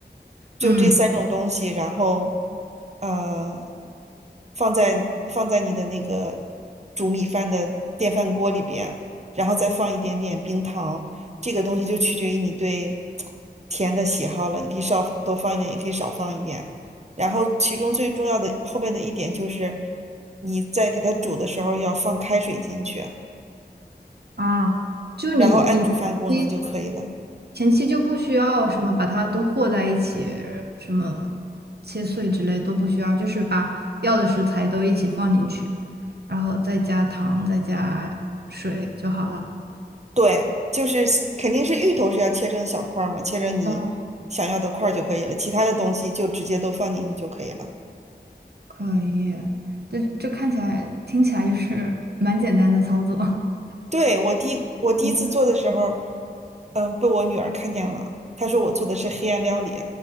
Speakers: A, on the right; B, on the right.
A: 就这三种东西，
B: 嗯，
A: 然后呃，放在放在你的那个煮米饭的电饭锅里边，然后再放一点点冰糖，这个东西就取决于你对甜的喜好了，你可以少多放一点，也可以少放一点。然后其中最重要的后边的一点就是，你在给它煮的时候要放开水进去，
B: 啊，就你你你
A: 然后按煮饭功能就可以了。
B: 前期就不需要什么把它都和在一起，什么切碎之类都不需要，就是把要的食材都一起放进去，然后再加糖，再加水就好了。
A: 对，就是肯定是芋头是要切成小块儿嘛，切成你想要的块儿就可以了，
B: 哦，
A: 其他的东西就直接都放进去就可以了。
B: 可以，这这看起来听起来就是蛮简单的操作。<laughs>
A: 对，我第一我第一次做的时候，
B: 嗯。
A: 嗯，被我女儿看见了，她说我做的是黑暗料理，